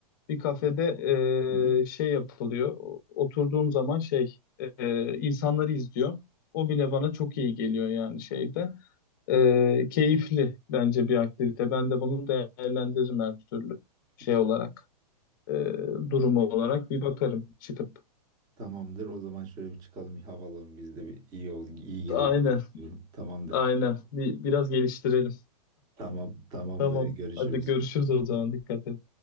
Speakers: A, on the left; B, on the right.
A: Bir kafede
B: Hı hı.
A: ee, şey yapılıyor. O- Oturduğum zaman şey ee, insanları izliyorum. O bile bana çok iyi geliyor yani şeyde. Ee, keyifli bence bir aktivite. Ben de bunu değerlendiririm her türlü şey
B: S-
A: olarak. ee, durumu olarak bir bakarım çıkıp.
B: Tamamdır. O zaman şöyle bir çıkalım, bir hava alalım. Biz de bir iyi ol, iyi gelir
A: Aynen,
B: diye düşünüyorum. Tamamdır.
A: aynen. Bir, biraz geliştirelim.
B: Tamam, tamamdır.
A: Tamam.
B: Görüşürüz.
A: Hadi görüşürüz o zaman. Dikkat et.